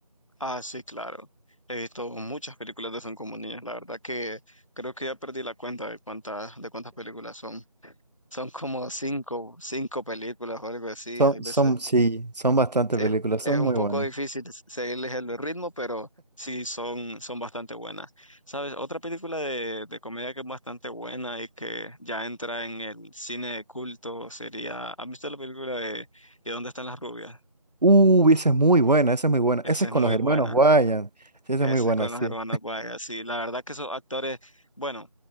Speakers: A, on the left; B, on the right.
A: Ah, sí, claro. He visto muchas películas de Son como niños. La verdad que creo que ya perdí la cuenta de cuántas, de cuántas películas son. Son como cinco, cinco películas o algo así.
B: Son,
A: Hay veces.
B: son, sí, son bastantes
A: es,
B: películas,
A: es
B: son
A: un
B: muy
A: poco
B: buenas.
A: difícil seguirles el ritmo, pero sí son, son bastante buenas. ¿Sabes? Otra película de, de comedia que es bastante buena y que ya entra en el cine de culto sería, ¿has visto la película de ¿Y dónde están las rubias?
B: Uh, esa es muy buena, esa es muy buena.
A: Esa
B: Esa es
A: es
B: con
A: muy
B: los hermanos
A: buena.
B: Wayans. Sí, esa
A: Esa
B: es muy buena,
A: es con
B: sí.
A: los hermanos Wyatt. Sí, la verdad que esos actores, bueno,